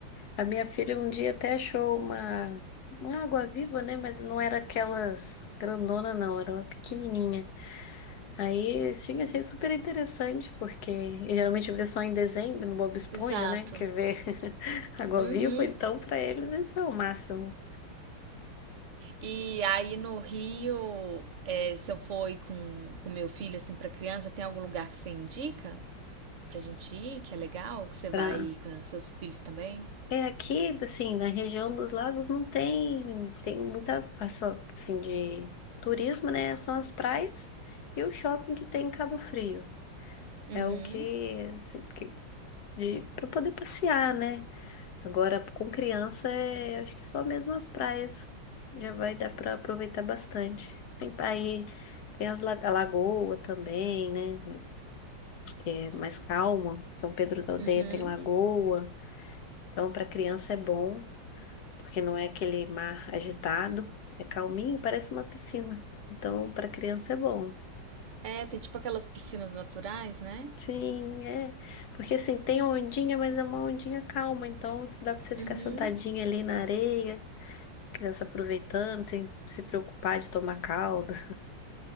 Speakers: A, on the left; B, on the right.
A: A minha filha um dia até achou uma, uma água-viva, né? Mas não era aquelas grandona, não, era uma pequenininha. Aí, assim, achei super interessante, porque eu geralmente vê só em dezembro no Bob Esponja,
B: Exato.
A: né? Que vê <laughs> água-viva,
B: Uhum.
A: então para eles esse é o máximo.
B: E aí no Rio, é, se eu for ir com, com meu filho, assim, pra criança, tem algum lugar que você indica pra gente ir, que é legal, que você vai
A: Pra...
B: ir com seus filhos também?
A: É aqui, assim, na região dos lagos não tem, tem muita, a só, assim, de turismo, né? São as praias e o shopping que tem em Cabo Frio.
B: Uhum.
A: É o que, assim, que de, para poder passear, né? Agora, com criança, é, acho que só mesmo as praias já vai dar para aproveitar bastante. Tem aí, tem as la- a lagoa também, né? Que é mais calma. São Pedro da Aldeia
B: Uhum.
A: tem lagoa. Então, para criança é bom, porque não é aquele mar agitado, é calminho, parece uma piscina. Então, para criança é bom.
B: É, tem tipo aquelas piscinas naturais, né?
A: Sim, é. Porque assim, tem ondinha, mas é uma ondinha calma, então dá para você
B: Uhum.
A: ficar sentadinha ali na areia. Criança aproveitando, sem se preocupar de tomar calda. <laughs>